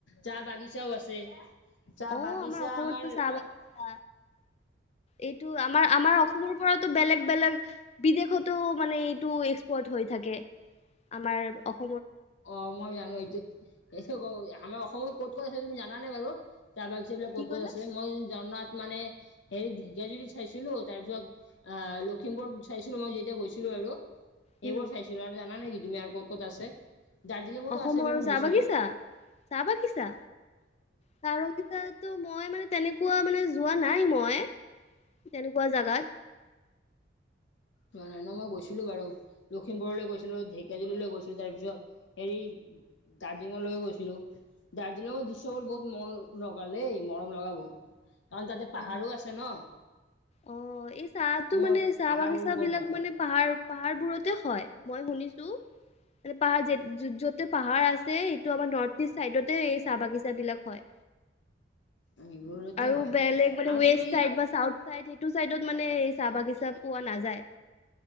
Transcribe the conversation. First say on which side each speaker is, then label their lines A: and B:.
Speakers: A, on the left; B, on the left.
A: চাহ বাগিচাও আছে চাহ
B: অ',
A: বাগিচা
B: অসমতো
A: আমাৰ
B: চাহ বাগিচা
A: অ
B: এইটো আমাৰ আমাৰ অসমৰ ওপৰত বেলেগ বেলেগ বিদেশতো মানে এইটো এক্সপৰ্ট হৈ থাকে আমাৰ অসম
A: অ মই জানো এইটো এইটো ক আমাৰ অসমত ক'ত ক'ত আছে তুমি জানানে বাৰু চাহ বাগিচা বিলাক
B: কি
A: ক'ত
B: ক'লা?
A: ক'ত আছে মই জনাত মানে হেৰি ঢেকিয়াজুৰিত চাইছিলোঁ তাৰ পিছত আহ লখিমপুৰ চাইছিলোঁ মই যেতিয়া গৈছিলোঁ আৰু
B: উম,
A: এইবোৰ চাইছিলোঁ আৰু জানা নেকি তুমি আৰু ক'ত ক'ত আছে? দাৰ্জিলিঙতো
B: অসমৰ
A: আছে বাৰু শুনিছিলোঁ
B: চাহ বাগিচা, চাহ বাগিছা চাহ বাগিছাটো মই মানে তেনেকে কুৱা মানে যোৱা নাই মই তেনেকুৱা জাগাত
A: যোৱা নাই ন। মই গৈছিলোঁ বাৰু লখিমপুৰলৈ গৈছিলোঁ ঢেকিয়াজুলিলৈ গৈছিলোঁ তাৰপিছত হেৰী দাৰ্জিলিঙলৈয়ো গৈছিলোঁ। দাৰ্জিলিঙত দৃশ্যবোৰ বহুত মন লগা দেই মৰম লগা বহুত কাৰণ তাতে
B: অ',
A: পাহাৰো আছে ন
B: অ এই চাহটো
A: মই
B: মানে চাহ
A: পাহাৰবোৰ
B: বাগিছা
A: বৰ
B: বিলাক
A: ভাল পাওঁ
B: মানে পাহাৰ পাহাৰবোৰতে হয় মই শুনিছোঁ মানে পাহাৰ য য'তে পাহাৰ আছে এইটো আমাৰ নৰ্থ ইষ্ট চাইডতে এই চাহ বাগিচা বিলাক হয়
A: সেইবোৰতে
B: আৰু
A: হয়
B: বেলেগ মানে
A: আৰু
B: ৱেষ্ট
A: তুমি
B: চাইড বা চাউঠ চাইড সেইটো চাইডত মানে চাহ বাগিচা পোৱা নাযায়